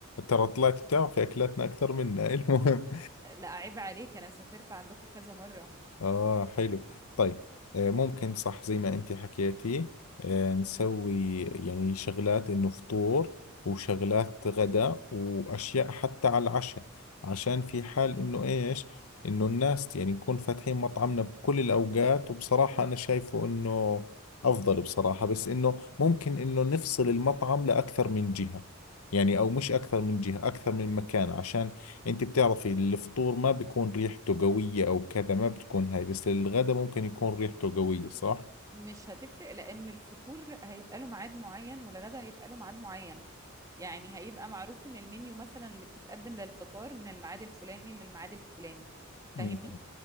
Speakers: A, on the left; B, on the right.
A: ترى طلعت بتعرفي اكلاتنا اكثر منا <laughs> المهم
B: لا عيب عليك انا سافرت عندكم كذا مره
A: آه حلو طيب آه، ممكن صح زي ما أنت حكيتي آه، نسوي يعني شغلات إنه فطور وشغلات غداء وأشياء حتى على العشاء عشان في حال إنه إيش إنه الناس يعني نكون فاتحين مطعمنا بكل الأوقات وبصراحة أنا شايفه إنه أفضل بصراحة بس إنه ممكن إنه نفصل المطعم لأكثر من جهة يعني أو مش أكثر من جهة أكثر من مكان عشان انت بتعرفي الفطور ما بيكون ريحته قوية او كذا ما بتكون هاي بس الغداء ممكن يكون ريحته قوية صح؟
B: مش هتفرق لان الفطور هيبقى له ميعاد معين والغدا هيبقى له ميعاد معين يعني هيبقى معروف ان المنيو مثلا اللي بتتقدم للفطار من الميعاد الفلاني للميعاد الفلاني فاهمني
A: مم.